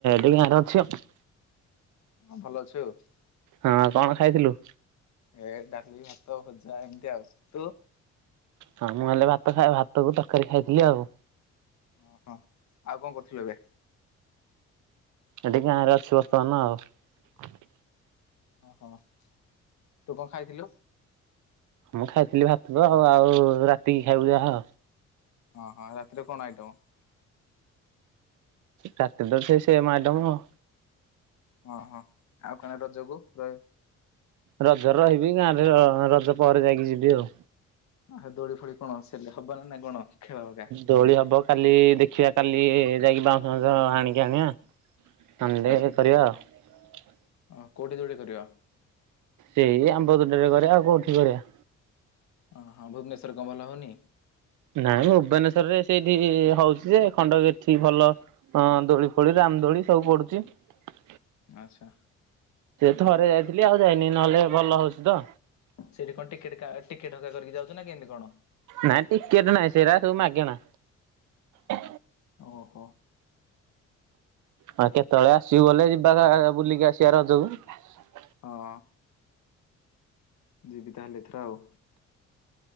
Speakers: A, on the right; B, on the left.
A: ଭଡି ଆରା ଅଛି ଆଉ।
B: ହଁ ଭଲ ଅଛୁ ।
A: ହଁ କଣ ଖାଇଥିଲୁ?
B: ଏ ଡାଲି, ଭାତ, ଭଜା, ଏମିତି ଆଉ ତୁ
A: ହଁ ମୁଁ ହେଲେ ଭାତ ଖାଇ ଭାତକୁ ତରକାରୀ ଖାଇଥିଲି ଆଉ
B: ଓହୋ ଆଉ କଣ କରୁଥିଲୁ ଏବେ?
A: ଏଠି ଗାଁରେ ଅଛି ବର୍ତମାନ ଆଉ।
B: ଓହୋ ତୁ କଣ ଖାଇଥିଲୁ?
A: ମୁଁ ଖାଇଥିଲି ଭାତ ଆଉ ରାତିକି ଖାଇବୁ ଯାହା
B: ଓ ହୋ ରାତିରେ କଣ ଆଇଟମ?
A: ରାତିରେ ତ ସେମ୍ ଆଇଟମ ।
B: ଓ ହୋ ଆଉ କଣ ରଜକୁ ରହ
A: ରଜରେ ରହିବି ଗାଁରେ ରଜ ପରେ ଯାଇକି ଯିବି ଆଉ।
B: ହେ ଦୋଳି ଫୋଳି କଣ ସେବେ ହବ ନା ନାଇଁ କଣ? ଖେଳ ହକା
A: ଦୋଳି ହବ କାଲି ଦେଖ ଦେଖିବା କାଲି ଯାଇକି ବାଉଁଶ ବାଉଁଶ ହାଣିକି ଆଣିବା ।
B: ଆଚ୍ଛା ଆଚ୍ଛା
A: <inaudible> କରିବା ଆଉ
B: ଓ କୋଉଠି ଦୋଳି କରିବା?
A: ସେଇ ଆମ୍ବ ତୋଟାରେ କରିବା ଆଉ କୋଉଠି କରିବା ।
B: ଓ ହଁ ଭୁବନେଶ୍ଵରରେ କଣ ଭଲ ହଉନି?
A: ନାଇଁ ଭୁବନେଶ୍ଵରରେ ସେଇଠି ହଉଛି ଯେ ଖଣ୍ଡଗିରି ଠି ଭଲ ଅ ଦୋଳି ଫୋଳି ରାମଦୋଳି ସବୁ ପଡୁଛି ।
B: ଆଚ୍ଛା ।
A: ଥରେ ଯାଇଥିଲି ଆଉ ଯାଇନି ନହେଲେ ଭଲ ହଉଛି ତ
B: ସେଠି କଣ ଟିକେଟ ଟିକେଟ ହେକା କରିକି ଯାଉଛ ନାଁ କେମିତି କଣ?
A: ନାଇ ଟିକେଟ ନାଇଁ ସେରା ସୁ ମାଗଣା ।
B: ଓ ହୋ
A: ହଁ କେତେବେଳେ ଆସିବୁ ଗଲେ ଯିବା ବୁଲିକି ଆସିବ କିଆଁ ରଜକୁ
B: ହଁ। ଯିବି ତାହେଲେ ଏଥର ଆଉ